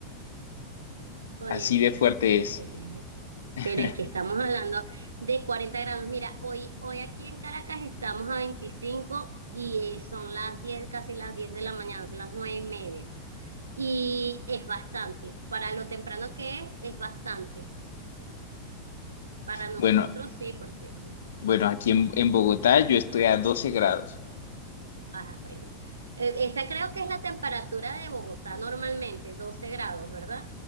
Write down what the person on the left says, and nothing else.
Así de fuerte
es.
<laughs>
Bueno,
bueno, aquí en,
en Bogotá yo estoy a 12 grados.